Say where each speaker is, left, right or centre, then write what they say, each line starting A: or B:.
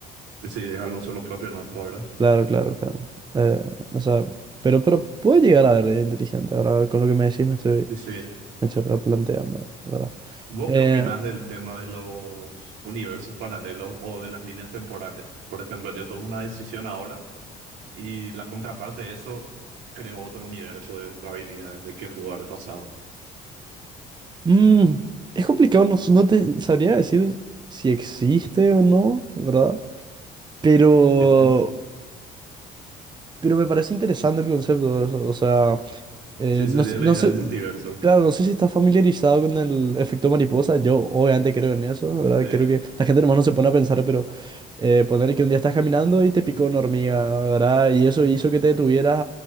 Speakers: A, on the right; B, on the right.
A: sí, dejarlo solo propio nuestro, ¿verdad?
B: Claro, claro, claro. Eh, o sea, pero, pero puede llegar a ver inteligente, ahora con lo que me decís me estoy,
A: Dice bien.
B: me estoy replanteando, ¿verdad?
A: ¿Vos
B: Eh,
A: qué opinás del tema de los universos paralelos o de las líneas temporales? Por ejemplo, yo tomo una decisión ahora y la contraparte de eso creo otro universo de probabilidades de que pudo haber pasado.
B: Mm, es complicado, no, s- no te sabría decir si existe o no, ¿verdad? Pero,
A: Ujú.
B: pero me parece interesante el concepto, o sea, eh,
A: Sí, sería
B: no, sé-
A: la
B: no
A: idea
B: sé,
A: del multiverso.
B: claro, no sé si estás familiarizado con el efecto mariposa. Yo obviamente creo en eso, ¿verdad?
A: Sí,
B: Creo que la gente nomás no se pone a pensar, pero eh, poner que un día estás caminando y te picó una hormiga, ¿verdad? Y eso hizo que te detuvieras